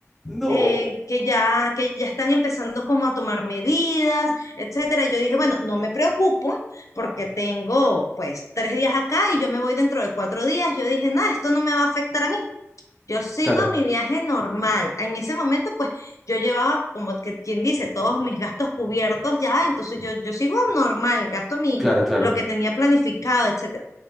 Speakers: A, in the centre; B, on the left.
A: No.
B: eh, que ya, que ya están empezando como a tomar medidas, etcétera. Yo dije, bueno, no me preocupo porque tengo pues tres días acá y yo me voy dentro de cuatro días. Yo dije, nada, esto no me va a afectar a mí. Yo sigo
A: Claro,
B: mi viaje normal. En ese momento, pues yo llevaba, como que quien dice, todos mis gastos cubiertos ya, entonces yo, yo sigo normal, gasto mi,
A: claro, claro.
B: lo que tenía planificado, etcétera.